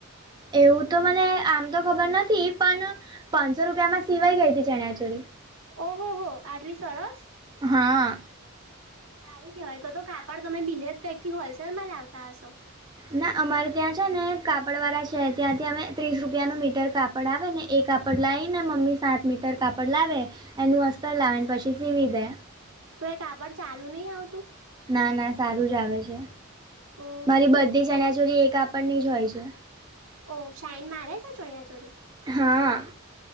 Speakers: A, on the right; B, on the right.
A: એવું તો મને આમ તો ખબર નથી પણ પાંચસો રૂપિયામાં સિવાય ગઈ હતી ચણ્યા ચોરી.
B: ઓ હો હો આટલી સરસ?
A: હા.
B: સારું કેવાય તો તો કાપડ તમે બીજે જ કંઈક થી હોલસેલ માં લાવતા હશો.
A: ના અમારે ત્યાં છે ને કાપડ વાળા છે ત્યાંથી અમે ત્રીસ રૂપિયા નું મીટર કા પડ આવે ને એ કાપડ લાવીને મમ્મી સાત મીટર કાપડ લાવે એનું અસ્તર લાવેને પછી સીવી દે.
B: તો એ કાપડ ચાલુ નહી આવતું?
A: ના ના સારું જ આવે છે
B: ઓ
A: મારી બધી જ ચણિયા ચોરી એ કાપડ ની જ હોય છે.
B: ઓ શાઇન મારે છે ચણિયા ચોરી?
A: હા.